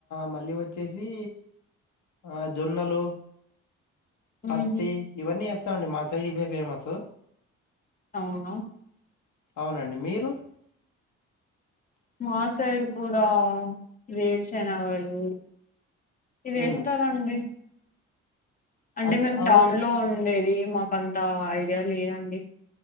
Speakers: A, on the left; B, on the left.
A: మళ్ళీ వచ్చేసి ఆ జొన్నలు పత్తి
B: ఉహు
A: ఇవన్నీ వేస్తామండి మా సైడ్ ఇవే ఫేమస్
B: అవునా
A: అవునండి మీరు
B: మా సైడ్ కూడా వేరుశనగలు ఇవి
A: ఉమ్,
B: ఎస్తారా అండి అంటే
A: అదే
B: మేము
A: అదొకటి
B: టౌన్ లో ఉండేది మాకు అంత ఐడియా లేదండి